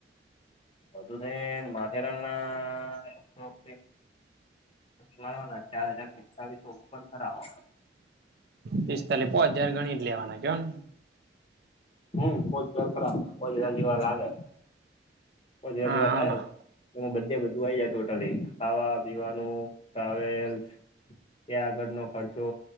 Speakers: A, on the left (about 35°); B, on the right (about 60°).
A: બધધ માથે રનાોક. મળવાના ચાર હજાર પિસ્તાલીસ ઓપન કરાવો.
B: પિસ્તાલીસ પો હજાર ગણી જ લેવાના છે ને.
A: હમ કોજ ઘર ખરા કોજ રજીવા લાગે કોજ રજીવા
B: હા હા
A: થાય.
B: ના
A: બધે બધું આવીય જાય ટોટલી ખાવા પીવાનું ટ્રાવેલ્સ. ત્યાં આગળ નો ખર્ચો.